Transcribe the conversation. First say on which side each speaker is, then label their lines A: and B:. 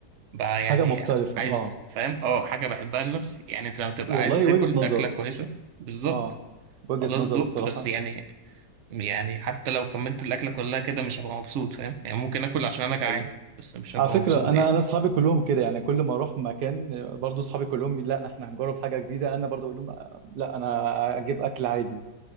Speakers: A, on the right (about 65°); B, on the right (about 80°).
A: بقى
B: حاجه
A: يعني
B: مختلفه
A: عايز
B: اه
A: فاهم اه حاجة بحبها لنفسي يعني انت لما تبقى
B: والله
A: عايز تاكل
B: وجهه نظر
A: أكلة كويسة بالظبط
B: اه وجهه
A: خلاص
B: نظر
A: دقت
B: الصراحه
A: بس يعني يعني حتى لو كملت الأكلة كلها كده مش هبقى مبسوط فاهم يعني ممكن آكل عشان أنا جعان
B: حقيقي
A: بس مش هبقى
B: على فكره
A: مبسوط
B: انا
A: يعني
B: انا اصحابي كلهم كده يعني كل ما اروح مكان برضو اصحابي كلهم لا احنا هنجرب حاجه جديده انا برضو اقول لهم آه، لا انا اجيب اكل عادي